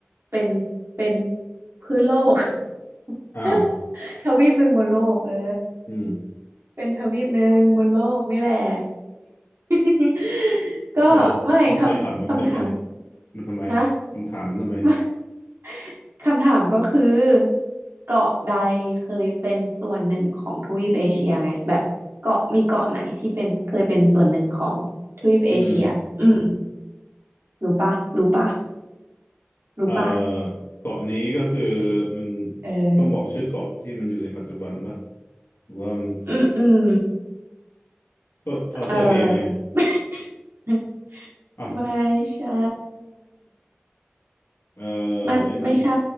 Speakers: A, on the right (about 65°); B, on the left (about 65°).
A: เป็นเป็นพื้นโลก
B: อ้าว
A: <laughs> ทวีปหนึ่งบนโลกเออ
B: อืม
A: เป็นทวีปหนึ่งบนโลกนี่แหละ <laughs> ก็ไม่คำคำถาม
B: แล้วแล้วใบคำมันเป็นไงมันทำไมคำถามมันทำไม
A: ฮะ <laughs> <laughs> คำถามก็คือเกาะใดเคยเป็นส่วนหนึ่งของทวีปเอเชียไงแบบเกาะมีเกาะไหนที่เป็นเคยเป็นส่วนหนึ่งของทวีปเอเชียอืม
B: อืม
A: รู้ปะรู้ปะรู้ปะ
B: เอ่อเกาะนี้ก็คือมัน
A: เอ
B: ต้องบอกชื่อเกาะที่มันอยู่ในปัจจุบันป่ะ
A: อ
B: หรือว่ามัน
A: อืมอืม
B: ก็ออสเตรเลียไง
A: เออ <laughs>
B: อ้าว
A: ไม่ใช่
B: เออ
A: มันไม่ใช่
B: ไอ้นี่